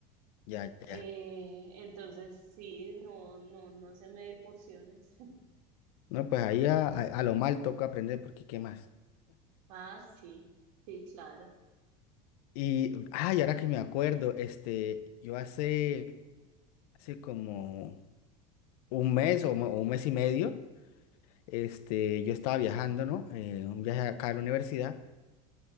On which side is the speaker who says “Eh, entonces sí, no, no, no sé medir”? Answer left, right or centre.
Right